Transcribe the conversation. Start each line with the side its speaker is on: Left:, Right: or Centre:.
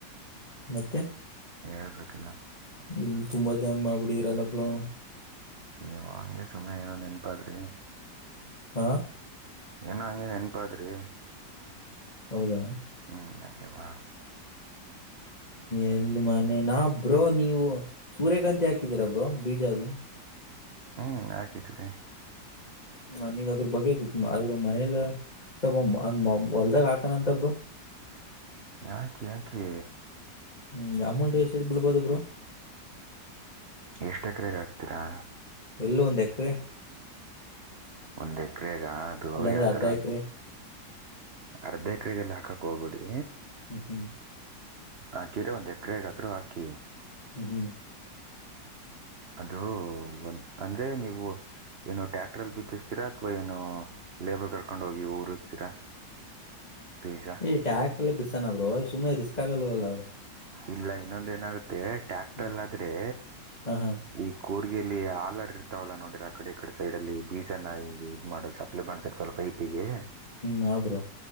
Left: ಮತ್ತೆ
Right: ಹೇಳ್ಬೇಕೆಲ್ಲ
Left: ಇಲ್ಲಿ ತುಂಬಾ ಧ್ಯಾನ ಮಾಡ್ಬಿಡಿದ್ರಲ್ಲ ಬ್ರೋ
Right: ಅಯ್ಯೋ ಅಂಗೇ ಸುಮ್ಮನೆ ಏನೋ ನೆನ್ಪಾದ್ರಿ
Left: ಹಾ
Right: ಏನೋ ಅಂಗೆ ನೆನಪಾದ್ರಿ
Left: ಹೌದಾ
Right: ಹ್ಮ ಹಂಗೆ ಮಾಡ್
Left: ಎಲ್ಲಿ ಮನೆ ನಾ ಬ್ರೋ ನೀವು ಸೂರ್ಯಕಾಂತಿ ಹಾಕಿದೀರ ಬ್ರೋ ಬೀಜ ಅದು
Right: ಹ್ಮ್ ಹಾಕಿದ್ವಿ
Left: ನನಗ ಅದ್ರ ಬಗ್ಗೆ ಗೊತ್ತ ಆದ್ರ ಮನೆಯಲ್ಲ ಸ್ವಲ್ಪ <unintelligible> ಹೊಲ್ದಾಗ ಹಾಕಣ ಅಂತ ಬ್ರೋ
Right: ಹಾಕಿ ಹಾಕಿ
Left: ಹ್ಮ್ ಅಮೌಂಟ್ ಎಷ್ಟ್ ಬಿಳ್ಬೋದು ಬ್ರೊ
Right: ಎಷ್ಟೇ ಕಡೆಗ ಆಕ್ತೀರಾ
Left: ಎಲ್ಲು ಒಂದು ಎಕ್ಕರೆ
Right: ಒಂದ್ ಎಕರೆಗ ಅದು
Left: ಇಲ್ಲಾಂದ್ರೆ
Right: ಯಾವತರ
Left: ಅರ್ಧ ಎಕರೆ
Right: ಅರ್ಧ ಎಕರೆಗೆಲ್ಲ ಹಾಕಕ್ ಹೋಗ್ಬಿಡಿ
Left: ಹ್ಮ್ ಹ್ಮ್
Right: ಹಾಕಿರೊ ಒಂದು ಎಕರೆಗಾದ್ರೂ ಹಾಕಿ
Left: ಹ್ಮ್ ಹ್ಮ್
Right: ಅದು ಒಂದ ಅಂದ್ರೆ ನೀವು. ಏನು ಟ್ಯಾಕ್ಟ್ರ ಅಲ್ಲಿ ಬಿತ್ತಿಸ್ತೀರಾ ಅಥವಾ ಏನು ಲೇಬರ್ ಕರ್ಕೊಂಡ್ ಹೋಗಿ ಊರಿಸ್ತೀರಾ. ಬಿಜಾ.
Left: ಈ ಟ್ಯಾಕ್ಟ್ರಲ್ಲಿ ಅಲ್ಲೇ ಬಿತ್ತಿಸೋಣ ಬ್ರೋ ಸುಮ್ನೆ ರಿಸ್ಕ್ ಆಗಲ್ವಲ್ಲ.
Right: ಇಲ್ಲ ಇನ್ನೊಂದ ಏನಾಗುತ್ತೆ ಟ್ಯಾಕ್ಟರ್ಲ್
Left: ಹ್ಮ್
Right: ಆದ್ರೆ.
Left: ಹಾ ಹಾ
Right: ಈ ಕೋರ್ಗಯಲ್ಲಿ ಹಲರ್ ಇರ್ತವಲ್ಲಾ ನೋಡ್ರ ಆ ಕಡೆ ಈ ಕಡೆ ಸೈಡ್ ಅಲ್ಲಿ ಬೀಜನ್ನ ಈ ಮಾಡ ಸಪ್ಲೈ ಮಾಡ್ಸ ಇರ್ತವ ಪೈಪ್. ಪ್ಪಿಗೆ.
Left: ಹಾ ಬ್ರೋ